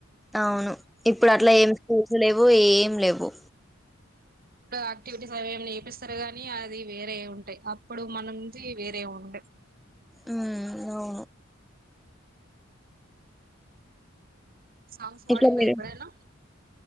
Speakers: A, in the centre; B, on the right.
A: అవును ఇప్పుడు అట్లా ఏమి స్కూల్స్ లే వు ఏం లేవు
B: ఆయాక్టివిటీస్ అవి ఏమి నేపిస్తారు గానీ అది వేరే ఉంటాయి అప్పుడు మన నుంచి వేరే ఉంటాయి
A: అ అవును
B: సాంగ్స్ వాడింద
A: ఇట్లా మీరు
B: ఇప్పుడేనా